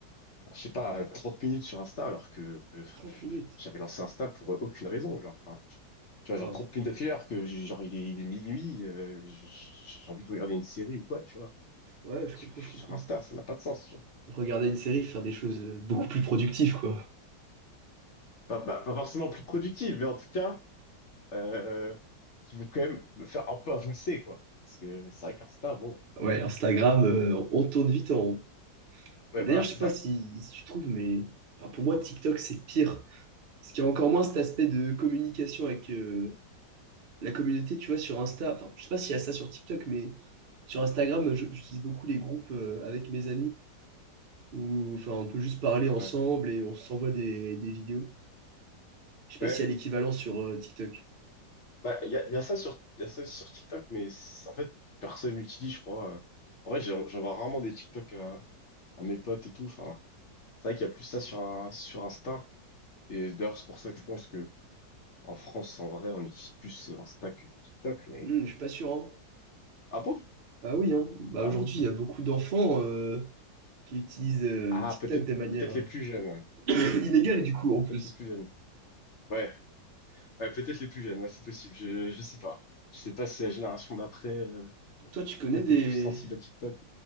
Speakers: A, on the left; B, on the right.
A: je sais pas, 30 minutes sur Insta alors que euh,
B: Trente minutes.
A: j'avais lancé Insta pour euh, aucune raison. Genre, enfin, tu vois,
B: Waouh.
A: genre 30 minutes d'affilée alors que j'ai- genre il est, il est minuit, euh, j'ai j'ai envie de regarder une série ou quoi, tu vois.
B: Ouais, je
A: Je,
B: comprends,
A: je
B: je
A: suis
B: comprends.
A: sur Insta, ça n'a pas de sens. tu vois.
B: Regarder une série, faire des choses euh, beaucoup plus productives, quoi.
A: Pas, pas- pas forcément plus productive, mais en tout cas, euh, qui vont quand même me faire un peu avancer, quoi. Parce que c'est vrai qu'Insta, bon,
B: Ouais, Instagram, euh, on tourne vite en rond.
A: ouais,
B: Mais d'ailleurs,
A: voilà,
B: je
A: c'est
B: sais pas
A: ça,
B: si,
A: quoi.
B: si tu trouves, mais enfin, pour moi, TikTok, c'est pire. Parce qu'il y a encore moins cet aspect de communication avec, euh, la communauté, tu vois, sur Insta, enfin, je sais pas s'il y a ça sur TikTok, mais sur Instagram, je- j'utilise beaucoup les groupes euh, avec mes amis où, enfin, on peut juste parler ensemble
A: Ouais,
B: et on s'envoie des, des vidéos. Je sais pas
A: Ouais.
B: s'il y a l'équivalent sur euh, TikTok.
A: Bah, il y a, y a ça sur, y a ça aussi sur TikTok, mais c'est- en fait, personne l'utilise je crois. euh. En vrai, j'en j'en vois rarement des TikTok à, à mes potes et tout. Enfin, c'est vrai qu'il y a plus ça sur, un- sur Insta. Et d'ailleurs, c'est pour ça que je pense que en France, en vrai, on utilise plus Insta que TikTok, mais...
B: Hmm, je suis pas sûr, hein.
A: Ah bon?
B: Ah oui, hein. Bah,
A: Ah
B: aujourd'hui,
A: ouais.
B: il y a beaucoup d'enfants euh, qui utilisent euh,
A: Ah,
B: TikTok
A: peut-être
B: de manière
A: peut-être les plus jeunes, ouais.
B: euh, <coughs> inégale, du coup, en plus.
A: Peut-être les plus jeunes. Ouais, ouais, peut-être les plus jeunes, ouais, c'est possible. Je, je sais pas. Je sais pas si la génération d'après, euh,
B: Toi, tu connais
A: peut-être
B: des,
A: est plus sensible à TikTok.